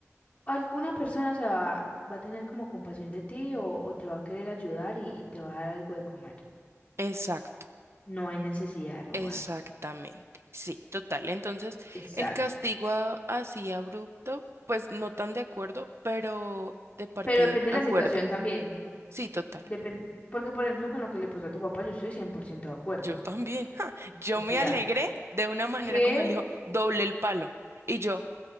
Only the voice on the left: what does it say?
alguna persona se va, va a tener como compasión de ti o, o te va a querer ayudar y, y te va a dar algo de comer.
No hay necesidad de robar.
Exacto.
Pero depende
de la situación también.
Depen, porque por ejemplo, con lo que le pasó a tu papá, yo estoy 100% de acuerdo.
O sea,
¿qué?